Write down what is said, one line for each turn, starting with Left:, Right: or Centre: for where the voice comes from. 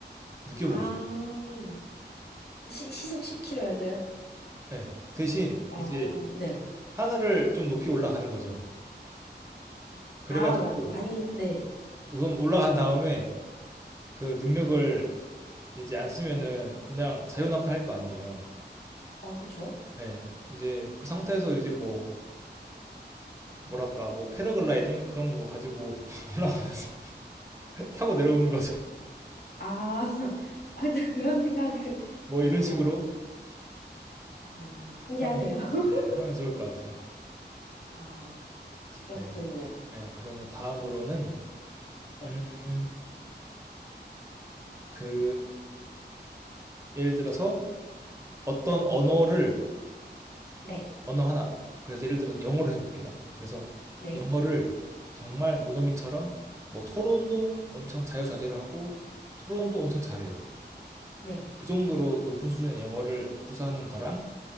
Right: 느껴보고
Left: 아,
Right: 싶어요.
Left: 시, 시속 10km여도요?
Right: 네. 대신
Left: 어,
Right: 이제
Left: 네.
Right: 하늘을 좀 높이 올라가는 거죠. 그래가지고
Left: 아, 와- 많이, 네.
Right: 우선 올라간 다음에 그 능력을 이제 안 쓰면은 그냥 사유낙하 할 거 아니에요.
Left: 어, 그쵸?
Right: 네. 이제 그 상태에서 이제 뭐 뭐랄까 뭐 패러글라이딩 그런 거 가지고 <laughs> 올라가면서 <laughs> 타고 내려오는 거죠.
Left: 아, <laughs> 아, 또 그런 생각을,
Right: 뭐
Left: 어,
Right: 이런 식으로
Left: 어, 신기하네요.
Right: 하면
Left: <laughs>
Right: 네, 하면 좋을 것 같아요.
Left: 아, 그렇군요.
Right: 네. 네, 그러면 다음으로는
Left: 네.
Right: 음, 그 예를 들어서 어떤 언어를
Left: 네.
Right: 언어 하나, 그래서 예를 들어서 영어로 해볼게요. 그래서
Left: 네.
Right: 영어를 정말 원어민처럼 뭐 토론도 엄청 자유자재로 하고 토론도 엄청 잘해요.
Left: 네.
Right: 그 정도로 높은 수준의 영어를 구사하는 거랑